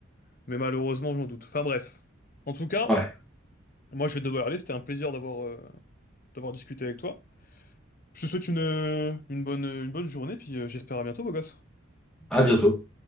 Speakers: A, on the left; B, in the centre.
A: mais malheureusement, j'en doute. Enfin, bref. En tout cas,
B: Ouais.
A: moi, je vais devoir aller. C'était un plaisir d'avoir euh, d'avoir discuté avec toi. Je te souhaite une, une bonne, une bonne journée, puis euh, j'espère à bientôt, beau gosse.
B: À bientôt.